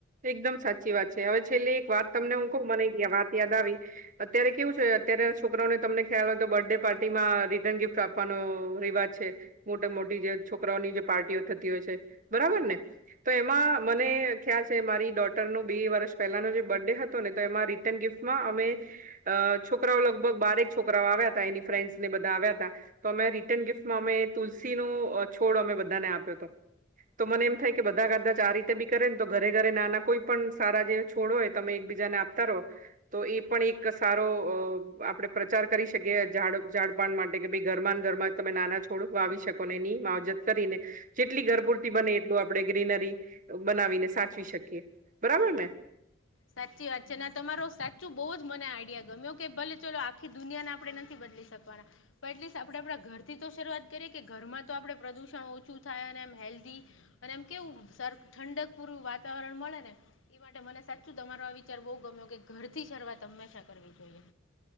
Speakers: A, on the right; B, on the left.
A: એકદમ સાચી વાત છે હવે છેલ્લે એક વાર તમને હું કહું મને વાત યાદ આવી અત્યારે કેવું છે અત્યારે છોકરાઓને તમને ખ્યાલ હોય તો બર્થડે પાર્ટીમાં રિટર્ન ગિફ્ટ આપ આપવાનો રિવાજ છે મોટા મોટી જે છોકરાઓની જે પાર્ટીઓ થતી હોય છે બરાબર ને તો એમાં મને ખ્યાલ છે. તે મારી ડોટર નો બે વર્ષ પહેલાનો જે બર્થડે હતો ને તો એમાં રિટર્ન ગિફ્ટમાં અમે અ છોકરાઓ લગભગ બારેક છોકરાઓ આવ્યા હતા એની ફ્રેન્ડ્સ ને બધા આવ્યા હતા. તો અમે રિટર્ન ગિફ્ટમાં અમે તુલસી ન અ છોડ અમે બધાને આપ્યો હતો. તો મને એમ થાય કે બધા કાદાચ આ રીતે બી કરે ને તો. ઘરે ઘરે નાના કોઈ પણ સારા જે છોડ હોય તમે એકબીજાને આપતા રહો. તો એ પણ એક સારો અ આપણેે પ્રચાર કરી શકીએ ઝાડ ઝાડપણ માટે કે ભાઈ ધરમાં ને ધરમાં તમે નાના છોડ વાવી શકો ને એની માવજત કરીને જેટલી ઘર પૂરતી બને એટલું આપણે ગ્રીનરી બનાવીને સાચવી શકીએ બરાબર ને.
B: સાચી વાત છે અને તમારો સાચું બહુ જ મને આઈડિયા ગમ્યો કે ભલે ચલો આખી દુનિયાને આપણે નથી બદલી તે પણ પણ એટલીસ્ટ આપે આપણા ઘર થી તો શરૂઆત કરીએ કે ઘરમાં તો આપણેે પ્રદુષણ ઓછું થાય અને એમ હેલ્ધી અને એમ કેવું સર ઠંડક પૂરું વાતાવરણ મળે ને એ માટે મને શું તમારો આ વિચાર બહુ ગમ્યો કે ઘર થી શરૂઆત હંમેશા કરવી જોઈએ.